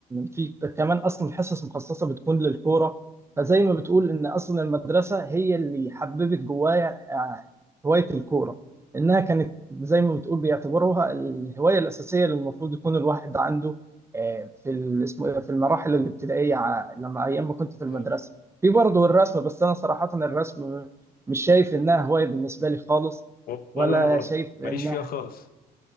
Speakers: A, on the right; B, on the left.
A: في كمان اصلا الحصص مخصصه بتكون للكوره فزي ما بتقول ان اصلا المدرسه هي اللي حببت جوايا آه، هوايه الكوره انها كانت زي ما بتقول بيعتبروها الهوايه الاساسيه اللي المفروض يكون الواحد عنده آه، في ال- اسمه إيه ده، في المراحل الابتدائيه ع- لما ايام ما كنت في المدرسه
B: ايوه
A: في برضه الرسم بس انا صراحة الرسم مش شايف انها هواية بالنسبة لي خالص
B: و-
A: ولا
B: ولا انا برضو
A: شايف انها
B: ماليش فيها خالص